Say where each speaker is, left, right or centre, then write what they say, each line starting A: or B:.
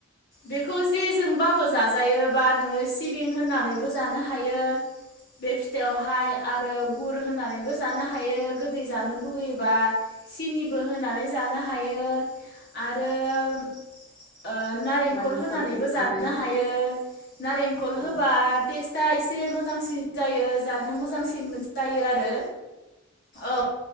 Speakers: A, on the left (about 50°); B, on the left (about 20°).
A: बेखौ जे जोंबाबो जाजायोबा नोङो सिबिं होनानैबो जानो हायो बे फिथाइयावहाय आरो गुर होनानैबो जानो हायो गोदै जानो लुगैयोबा। सिनिबो होनानै जानो हायो आरो ओ नारेंखल
B: नालेंखरजोंबो
A: होनानैबो जानो
B: जाजायोना
A: हायो नारेंखल होबा
B: औ
A: टेस्टआ एसे मो मोजांसिन जायो जा मोजांसिन जायो आरो औ